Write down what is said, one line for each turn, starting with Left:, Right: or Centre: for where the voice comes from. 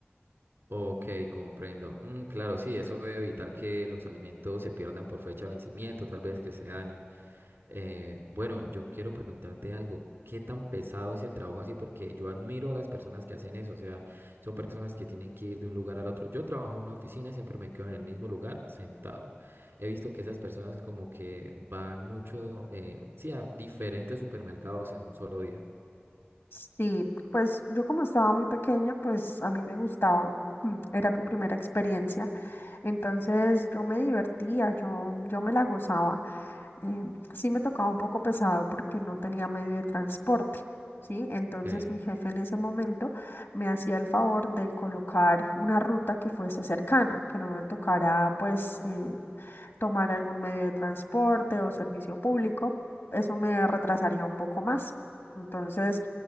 Right: Ok, comprendo. Mm, claro, sí, eso debe evitar que los alimentos se pierdan por fecha de vencimiento, tal vez que se dañen. Eh, bueno, yo quiero preguntarte algo. ¿Qué tan pesado es el trabajo así? Porque yo admiro a las personas que hacen eso. O sea, son personas que tienen que ir de un lugar al otro. Yo trabajo en una oficina y siempre me quedo en el mismo lugar sentado. He visto que esas personas como que van mucho, eh, sí, a diferentes supermercados en un solo día.
Left: Sí, pues yo como estaba muy pequeña, pues a mí me gustaba, mm, era mi primera experiencia, entonces yo me divertía, yo, yo me la gozaba. eh, sí me tocaba un poco pesado porque no tenía medio de transporte, ¿sí? Entonces
Right: Ok.
Left: mi jefe en ese momento me hacía el favor de colocar una ruta que fuese cercana, que no me tocara pues eh, tomar algún medio de transporte o servicio público, eso me retrasaría un poco más. Entonces,